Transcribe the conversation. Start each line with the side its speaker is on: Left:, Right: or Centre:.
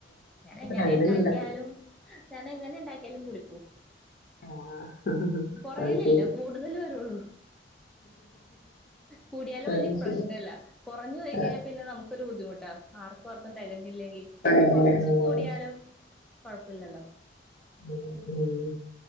Centre: ഞാനെങ്ങനെണ്ടാകിയാലും
Left: അങ്ങനെയൊന്നും ഉണ്ടാക്കി
Centre: ഞാനെങ്ങനിണ്ടാകിയാലും കൂടി. പ്പോ
Left: ആഹ്
Centre: കൊറേയാലില്ല
Left: അത് ശരി
Centre: കൂടുതലുവരൂള്ള, കൂടിയാലും വല്യ
Left: അത്
Centre: പ്രശ്നമില്ല
Left: ശരി
Centre: കുറഞ്ഞു പോയാൽ
Left: ആഹ്
Centre: പിന്നെ നമുക്കൊരു ബുദ്ധിമുട്ടാ, ആർക്കും ആർക്കും തെകങ്ങില്ലെങ്കിൽ,
Left: ആഹ് അങ്ങനെ
Centre: കൊറച്ചു
Left: ആഹ്
Centre: കൂടിയാലും. കൊഴപ്പില്ലല്ലൊ
Left: <unintelligible>